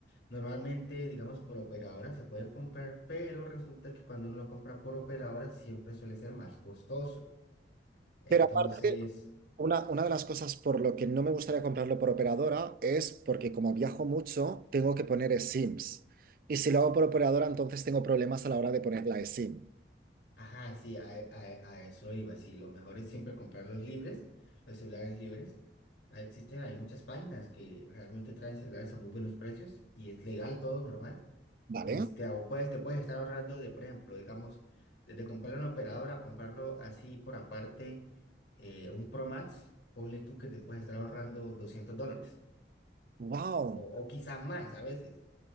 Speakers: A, on the left; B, on the right.
A: normalmente, digamos, por operadora se puede comprar, pero resulta que cuando uno lo compra por operadora siempre suele ser más costoso. Entonces,
B: Pero aparte, una, una de las cosas por lo que no me gustaría comprarlo por operadora es porque como viajo mucho, tengo que poner eSIMs. Y si lo hago por operadora, entonces tengo problemas a la hora de poner la eSIM,
A: ajá, sí, a, a- a eso iba. Sí, lo mejor es siempre comprar los libres, los celulares libres. Ah, Existen, hay muchas páginas que realmente traen celulares a muy buenos precios y es legal todo, normal.
B: ¿vale?
A: Y te, te ahor- puedes, te puedes estar ahorrando de, por ejemplo, digamos, desde comprar una operadora, comprarlo así por aparte, eh, un Pro Max, ponle tú que te puedes estar ahorrando 200 dólares
B: Wow.
A: o, o quizás más a veces.